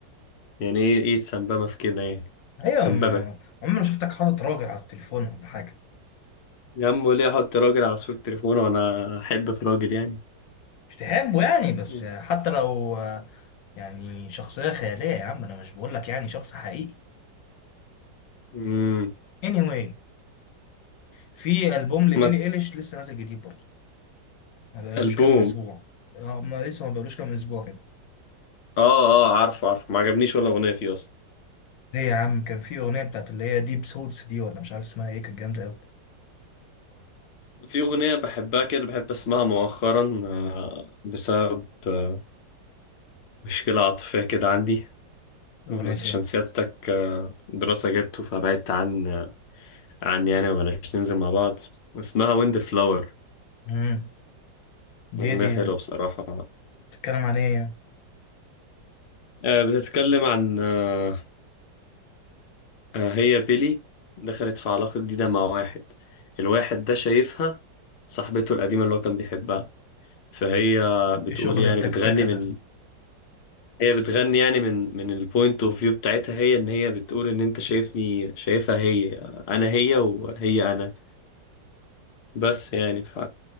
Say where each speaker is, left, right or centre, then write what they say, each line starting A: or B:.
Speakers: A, on the left (about 65°); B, on the left (about 85°).
A: يعني ايه ايه السنببة في كده يعني
B: ايوه
A: سنببة
B: ما عمري ما شفتك حاطط راجل على التليفون ولا حاجه
A: يا عم ليه احط راجل على صورة تليفونه وانا احب في راجل يعني
B: مش تحبه يعني بس
A: مم.
B: حتى لو يعني شخصيه خياليه يا عم انا مش بقول لك يعني شخص حقيقي
A: امم
B: anyway في البوم لبيلي
A: ما
B: ايليش لسه نازل جديد برضه ما بقالوش
A: ألبوم
B: كام اسبوع آه، ما لسه ما بقالوش كام اسبوع كده
A: اه اه عارفه عارفه ما عجبنيش ولا أغنية فيه أصلا
B: ليه يا عم كان في اغنيه بتاعت اللي هي ديب سوتس دي ولا مش عارف اسمها ايه كانت جامده قوي
A: في أغنية بحبها كده بحب أسمعها مؤخرا آه، بسبب آه، مشكلة عاطفية كده عندي
B: اغنيه
A: بس عشان
B: ايه
A: سيادتك آه، دراسة جبته فبعدت عن آه، عن يعني ومبقناش ننزل مع بعض اسمها ويند فلاور
B: امم دي
A: أغنية
B: دي
A: حلوة بصراحة
B: بتتكلم عن ايه يعني؟
A: آه، بتتكلم عن آه، آه، هي بيلي دخلت في علاقة جديدة مع واحد الواحد ده شايفها صاحبته القديمة اللي هو كان بيحبها فهي بتقول
B: ايه شغل
A: يعني
B: التكسكه
A: بتغني
B: ده
A: من هي بتغني يعني من من البوينت اوف فيو بتاعتها هي ان هي بتقول ان انت شايفني شايفها هي انا هي وهي انا بس يعني ف...